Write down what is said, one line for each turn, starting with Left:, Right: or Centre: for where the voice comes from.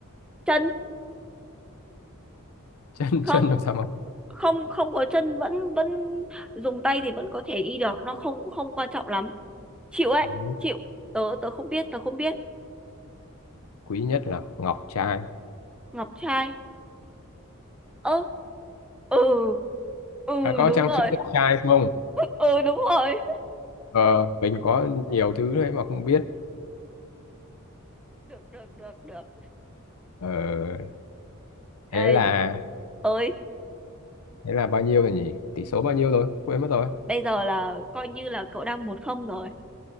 Centre: chân
Left: chân
Centre: không
Left: chân làm sao mà
Centre: không không có chân vẫn vẫn dùng tay thì vẫn có thể đi được nó không không quan trọng lắm chịu ấy
Left: Ừ.
Centre: chịu tớ tớ không biết tớ không biết
Left: quý nhất là ngọc trai
Centre: ngọc trai ơ ừ ừ
Left: à, có
Centre: đúng
Left: trang
Centre: rồi
Left: sức ngọc trai không
Centre: ừ đúng rồi
Left: ờ, mình có nhiều thứ đấy mà không biết
Centre: được được được được
Left: ờ,
Centre: đây
Left: thế là
Centre: ơi
Left: thế là bao nhiêu rồi nhỉ tỷ số bao nhiêu rồi quên mất rồi
Centre: bây giờ là coi như là cậu đang một không rồi